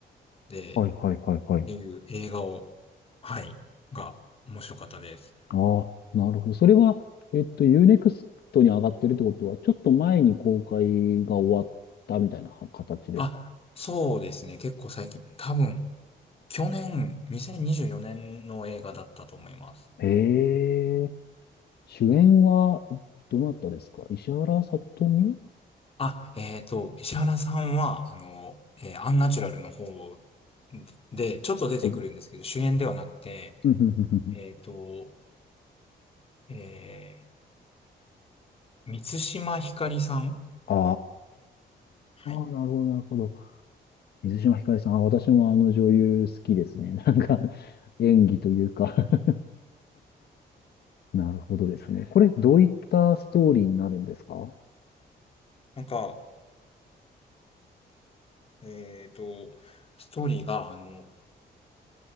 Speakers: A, on the left; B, on the left.
A: で、
B: はいはいはいはい。
A: っていう映画を、はい、が面白かったです。
B: ああ、なるほど。それは、えっと、u ネクストに上がってるってことは、ちょっと前に公開が終わったみたいな形ですか
A: あ、そうですね、結構最近、多分、去年、2024年の映画だったと思います。
B: へえ。主演は、どなたですか石原さとみ
A: あ、えっと、石原さんは、あの、えーアンナチュラルの方で、ちょっと出てくるんですけど、
B: はい。<laughs>
A: 主演ではなくて、
B: うんうんうんうん
A: えっと、えー、満島ひかりさん
B: あ
A: はい。
B: あ、なるほど、なるほど。水島ひかりさん、あ私もあの女優好きですね。<laughs> なんか、演技というか <laughs> なるほどですね。これ、どういったストーリーになるんですか
A: なんか、えっと、ストーリーが、あの、